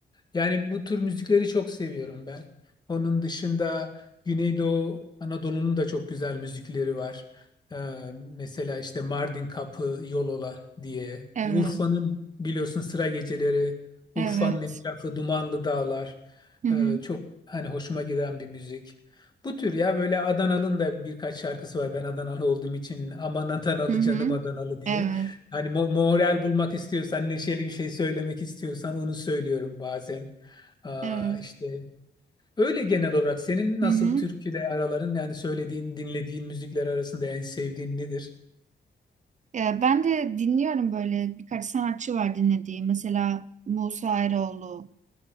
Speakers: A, on the left (about 25°); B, on the right (about 40°).
A: yani bu tür müzikleri çok seviyorum ben. Onun dışında Güneydoğu Anadolu'nun da çok güzel müzikleri var. Ee, mesela işte Mardin Kapı, Yolola diye.
B: Evet.
A: E, Urfa'nın biliyorsun Sıra Geceleri, Urfa'nın
B: Evet.
A: etrafı Dumanlı Dağlar.
B: Hı hı.
A: Ee, çok hani hoşuma giden bir müzik. Bu tür ya böyle Adanalı'nın da birkaç şarkısı var. Ben Adanalı olduğum için aman Adanalı
B: Hı hı.
A: canım Adanalı diye.
B: Evet.
A: Hani mo- moral bulmak istiyorsan, neşeli bir şey söylemek istiyorsan onu söylüyorum bazen. Aa,
B: Evet.
A: işte Öyle genel olarak senin nasıl
B: Hı hı.
A: türküde araların yani söylediğin, dinlediğin müzikler arasında en sevdiğin nedir?
B: Ya ben de dinliyorum böyle birkaç sanatçı var dinlediğim. Mesela Musa Eroğlu,